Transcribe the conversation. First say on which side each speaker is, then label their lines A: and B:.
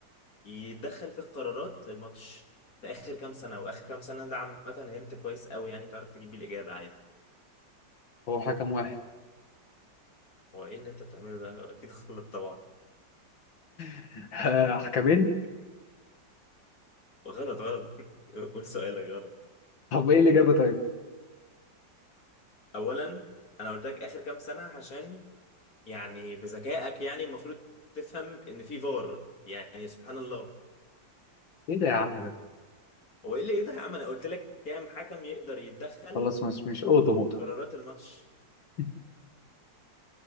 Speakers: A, on the left; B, on the left.
A: يتدخل في قرارات الماتش في آخر كام سنة وآخر كام سنة ده عامة هنت كويس قوي يعني تعرف تجيب بيه الإجابة عادي
B: هو حكم واحد
A: هو إيه اللي أنت بتعمله ده أكيد غلط طبعا
B: <laughs> حكمين
A: غلط غلط <laughs> قول سؤالك غلط
B: طب ايه الإجابة طيب؟
A: اولا انا قلت لك اخر كام سنه عشان يعني بذكائك يعني المفروض تفهم ان في فار يعني سبحان الله
B: ايه ده يا عم ده؟
A: هو ايه اللي ايه ده يا عم انا قلت لك كام حكم يقدر يتدخل
B: خلاص مش مش أوضة موضة
A: قرارات الماتش
B: <laughs>